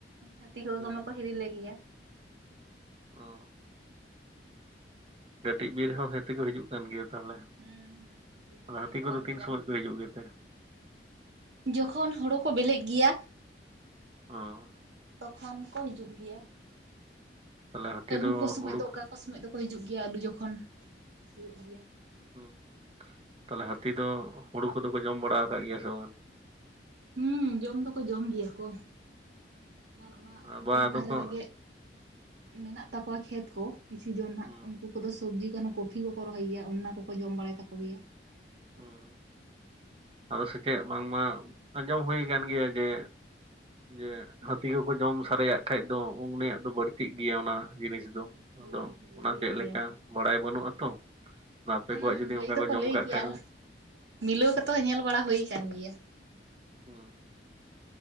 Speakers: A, on the right; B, on the right.
A: ᱦᱟᱹᱛᱤ ᱠᱚᱫᱚ
B: ᱦᱩᱸ
A: ᱫᱚᱢᱮ ᱠᱚ ᱦᱤᱨᱤ ᱞᱮᱜᱮᱭᱟ
B: ᱚ ᱠᱟᱹᱴᱤᱡ ᱵᱤᱨ ᱦᱚᱸ ᱦᱟᱹᱛᱤ ᱠᱚ ᱦᱤᱡᱩᱜ ᱠᱟᱱ ᱜᱮᱭᱟ ᱛᱟᱞᱦᱮ
A: ᱦᱩᱸ ᱦᱩᱸ ᱦᱤᱡᱩᱜ
B: ᱦᱟᱹᱛᱤ
A: ᱜᱮᱭᱟ ᱠᱚ
B: ᱠᱚᱫᱚ
A: ᱵᱟᱝ
B: ᱛᱤᱱ
A: ᱫᱚ ᱵᱟᱝ
B: ᱥᱚᱢᱚᱭ ᱠᱚ ᱦᱤᱡᱩᱜ ᱜᱮᱛᱮ?
A: ᱡᱚᱠᱷᱚᱱ ᱦᱳᱲᱳ ᱠᱚ ᱵᱮᱞᱮᱜ ᱜᱮᱭᱟ
B: ᱚ
A: ᱛᱚᱠᱷᱚᱱ ᱠᱚ ᱦᱤᱡᱩᱜ ᱜᱮᱭᱟ
B: ᱛᱟᱦᱚᱞᱮ ᱦᱟᱹᱛᱤ
A: ᱟᱹᱞᱩ
B: ᱫᱚ
A: ᱠᱚ ᱥᱚᱢᱚᱭ
B: ᱦᱩᱲᱩ
A: ᱫᱚ ᱚᱠᱟ ᱚᱠᱟ ᱥᱚᱢᱚᱭ ᱫᱚᱠᱚ ᱦᱤᱡᱩᱜ ᱜᱮᱭᱟ ᱟᱹᱞᱩ ᱡᱚᱠᱷᱚᱱ ᱦᱩᱭᱩᱜ ᱜᱮᱭᱟ
B: ᱚ ᱛᱟᱞᱦᱮ ᱦᱟᱹᱛᱤ ᱫᱚ ᱦᱩᱲᱩ ᱠᱚᱫᱚ ᱠᱚ ᱡᱚᱢ ᱵᱟᱲᱟ ᱠᱟᱜ ᱜᱮᱭᱟ ᱥᱮ ᱵᱟᱝ?
A: ᱦᱩᱸ ᱡᱚᱢ ᱫᱚᱠᱚ ᱡᱚᱢ ᱜᱮᱭᱟ ᱠᱚ ᱟᱨ ᱚᱱᱟ
B: ᱵᱟᱝ ᱵᱟ
A: ᱫᱤᱯ
B: ᱟᱫᱚ
A: ᱫᱷᱟᱨᱮ
B: ᱠᱚ
A: ᱨᱮᱜᱮ ᱢᱮᱱᱟᱜ ᱛᱟᱠᱚᱣᱟ ᱠᱷᱮᱛ ᱠᱚ ᱠᱤᱪᱷᱩ ᱡᱚᱱ ᱦᱟᱸᱜ
B: ᱦᱩᱸ
A: ᱩᱱᱠᱩ ᱠᱚᱫᱚ ᱥᱚᱵᱽᱡᱤ ᱠᱟᱱᱟ ᱠᱚᱯᱷᱤ ᱠᱚᱠᱚ ᱨᱚᱦᱚᱭ ᱜᱮᱭᱟ ᱚᱱᱟ ᱠᱚᱠᱚ ᱡᱚᱢ ᱵᱟᱲᱟᱭ ᱛᱟᱠᱚ ᱜᱮᱭᱟ
B: ᱦᱩᱸ ᱟᱫᱚ ᱥᱮᱪᱮᱫ ᱵᱟᱝᱢᱟ ᱟᱸᱡᱚᱢ ᱦᱩᱭ ᱠᱟᱱ ᱜᱮᱭᱟ ᱡᱮ ᱡᱮ ᱦᱟᱹᱛᱤ ᱠᱚᱠᱚ ᱡᱚᱢ ᱥᱟᱨᱮᱭᱟᱜ ᱠᱷᱟᱡ ᱫᱚ ᱩᱱᱤᱭᱟᱜ ᱫᱚ ᱵᱟᱹᱲᱛᱤᱜ ᱜᱮᱭᱟ ᱚᱱᱟ ᱡᱤᱱᱤᱥ ᱫᱚ
A: ᱦᱳᱭ
B: ᱟᱫᱚ
A: ᱦᱳᱭ
B: ᱚᱱᱟ
A: ᱞᱟᱹᱭ
B: ᱪᱮᱫ
A: ᱜᱮᱭᱟ
B: ᱞᱮᱠᱟ
A: ᱠᱚ
B: ᱵᱟᱲᱟᱭ ᱵᱟᱹᱱᱩᱜ ᱟᱛᱚ ᱟᱯᱮ
A: ᱦᱩᱸ
B: ᱠᱚᱣᱟᱜ ᱡᱩᱫᱤ
A: ᱞᱟᱹᱭ
B: ᱚᱱᱠᱟ
A: ᱫᱚᱠᱚ
B: ᱠᱚ ᱡᱚᱢ
A: ᱞᱟᱹᱭ
B: ᱠᱟᱜ
A: ᱜᱮᱭᱟ
B: ᱠᱷᱟᱡ
A: ᱟᱨ
B: ᱫᱚ
A: ᱢᱤᱞᱟᱹᱣ ᱠᱟᱛᱮ ᱦᱚᱸ ᱧᱮᱞ ᱵᱟᱲᱟ ᱦᱩᱭ ᱟᱠᱟᱱ ᱜᱮᱭᱟ।
B: ᱦᱩᱸ